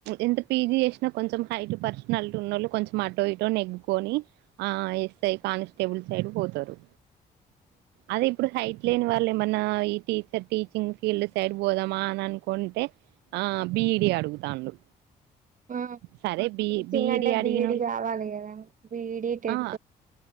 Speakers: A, on the right; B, on the right.
A: ఎంత పీజీ ఏస్నా కొంచెం హైటు పర్సనాల్టీ ఉన్నొళ్ళు కొంచెం అటో ఇటో నెగ్గుకొని ఆ ఎస్ఐ కానిస్టేబుల్ సైడు బోతరు అదే ఇప్పుడు హైట్ లేని వాళ్ళెమన్నా ఈ teach sir teaching field side బోదామా అనన్ కొంటే ఆ బీఈడీ అడుగుతాండు
B: ఆ
A: సరే బి
B: టీచింగ్
A: బిఈడి
B: అంటే
A: అడిగినోళ్ళ్
B: బీఈడి కావాలి కదా బీఈడి టెట్
A: ఆ